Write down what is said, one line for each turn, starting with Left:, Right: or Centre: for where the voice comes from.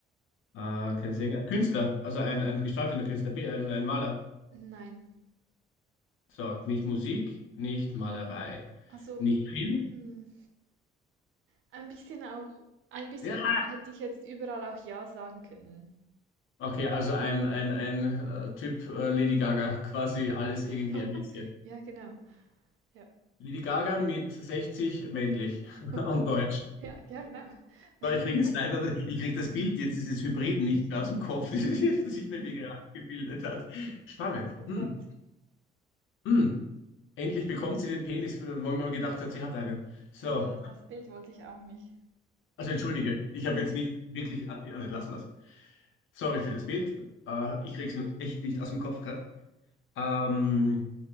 Left: Äh, kein Sänger, Künstler, also ein, ein gestaltender Künstler, Bi- ein, ein Maler.
Right: Nein.
Left: So, nicht Musik, nicht Malerei,
Right: Also,
Left: nicht Film.
Right: mm, ein bisschen auch, ein bisschen
Left: Ja!
Right: hätte ich jetzt überall auch Ja sagen können.
Left: Okay, also ein, ein, ein äh, Typ äh, Lady Gaga, quasi alles
Right: <laughs>
Left: irgendwie ein bisschen.
Right: Ja, genau. Ja.
Left: Lady Gaga mit 60 männlich <laughs>
Right: <laughs>
Left: und deutsch.
Right: Ja, ja, genau. <laughs>
Left: Aber ich kriege jetzt leider, ich kriege das Bild jetzt dieses Hybriden
Right: Ja.
Left: nicht mehr aus dem Kopf, <laughs> das, sich bei mir gerade gebildet hat. Spannend.
Right: Oh Gott.
Left: Hm. Hm. Endlich bekommt sie den Penis, wo man mir gedacht hat, sie hat einen. So.
Right: Ah, Das Bild wollte ich auch nicht.
Left: Also entschuldige, ich habe jetzt nicht wirklich. Äh, lassen wir es. Sorry für das Bild. Äh, ich krieg's nur echt nicht aus dem Kopf gerade. Ähm,